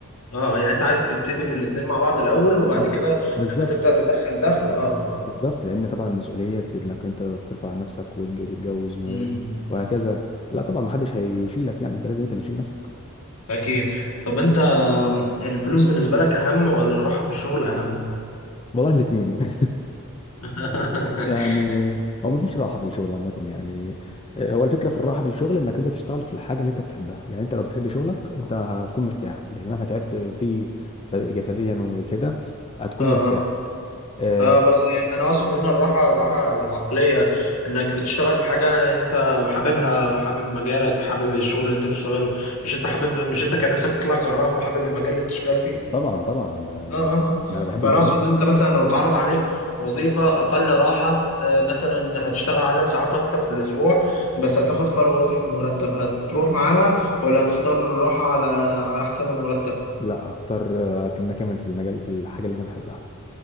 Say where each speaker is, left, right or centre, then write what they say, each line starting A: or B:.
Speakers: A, on the left (about 75°); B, on the left (about 25°).
A: اه يعني انت عايز تبتدي بالاتنين مع بعض الاول وبعد
B: اه ب-
A: كده
B: بالظبط
A: لما تبدأ تدخل دخل اه اه
B: بالظبط
A: آه.
B: لان طبعا المسؤوليه انك انت ترفع عن نفسك وتتجوز و...
A: مم.
B: وهكذا لا طبعا ما حدش هيشيلك يعني انت لازم انت اللي تشيل نفسك
A: أكيد طب أنت الفلوس بالنسبة لك أهم ولا الراحة في الشغل أهم؟
B: والله الاثنين <laughs>
A: <laughs>
B: يعني هو ما فيش راحه في الشغل عامه يعني آه، هو الفكره في الراحه في الشغل انك انت تشتغل في الحاجه اللي انت بتحبها يعني انت لو بتحب شغلك انت هتكون مرتاح يعني مهما تعبت فيه جسديا وكده هتكون
A: اه
B: مرتاح آه،
A: اه بس انا اقصد هنا الراحه الراحه العقليه انك بتشتغل في حاجه انت حاببها حابب مجالك حابب الشغل اللي انت بتشتغله مش انت حابب مش انت كان نفسك تطلع جراح وحابب المجال اللي انت شغال
B: طبعا طبعا آه،
A: اه اه آه.
B: ان انا بحب
A: فانا
B: المجال
A: اقصد انت مثلا لو اتعرض عليك وظيفه اقل راحه آه، مثلا هتشتغل عدد ساعات اكتر في الاسبوع بس هتاخد فرق واضح في المرتب هتروح معاها ولا هتختار الراحه على على حساب المرتب
B: لا هختار آه، ان أنا اكمل في المجال في الحاجه اللي انا بحبها